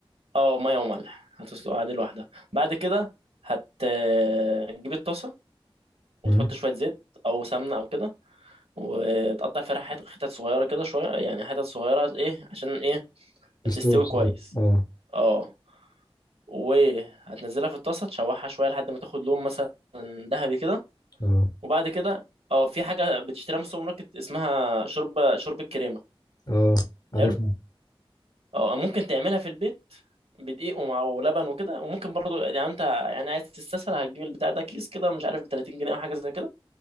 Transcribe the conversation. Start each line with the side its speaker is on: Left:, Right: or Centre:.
Right: اه مية وملح هتسلقها عادي لوحدها بعد كده هتجيب الطاسة وتحط
Left: مم.
Right: شوية زيت او سمنة او كده وتقطع الفراخ حت- حتت صغيرة كده شوية يعني حتت صغيرة ايه عشان ايه
Left: تستوي
Right: تستوي
Left: بسرعه
Right: كويس
Left: اه
Right: اه وهتنزلها في الطاسة تشوحها شوية لحد ما تاخد لون مثلا ذهبي كده
Left: اه
Right: وبعد كده اه في حاجة بتشتريها من السوبر ماركت اسمها شوربة شوربة كريمة
Left: اه عرفنا
Right: حلو اه ممكن تعملها في البيت بدقيق ومع ولبن وكده وممكن برضو يعني انت يعني عايز تستسهل هتجيب البتاع ده كيس كده مش عارف ب 30 جنيه او حاجه زي كده